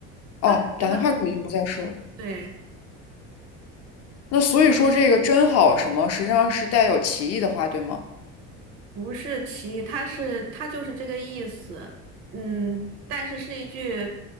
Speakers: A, on the left; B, on the right.
A: 哦，
B: 他打电话，
A: 打电话的时候已经不在世了。
B: 对。
A: 那所以说，这个“真好”什么，实际上是带有歧义的话，对吗？
B: 不是歧义，它是它就是这个意思，嗯，但是是一句